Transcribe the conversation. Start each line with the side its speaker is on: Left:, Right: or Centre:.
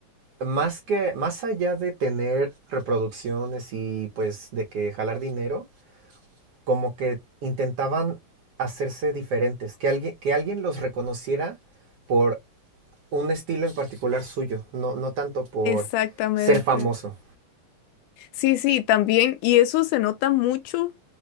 Right: más que más allá de tener reproducciones y pues de que jalar dinero, como que intentaban hacerse diferentes, que alguien, que alguien los reconociera por un estilo en particular suyo, no, no tanto por
Left: Exactamente.
Right: ser famoso.
Left: Sí, sí, también. Y eso se nota mucho